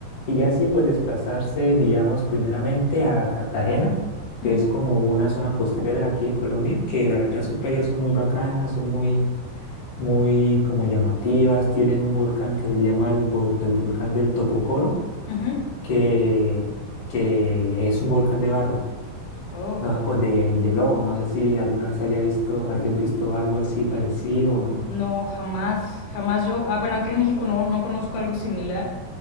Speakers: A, on the left; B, on the left.
A: Y ya así pues desplazarse, digamos, primeramente a Cartagena,
B: Ujú,
A: que es como una zona costera aquí de Colombia, que la verdad sus playas son muy bacanas, son muy, muy como llamativas, tienen un volcán que se llama el, vol- el volcán del Topocoro,
B: ujú.
A: que, que es un volcán de barro
B: Oh.
A: no- o de, de lobo. No sé si alguna vez haya visto, hayas visto algo así parecido o no.
B: No, jamás, jamás yo. Ah, bueno, aquí en México no, no conozco algo similar.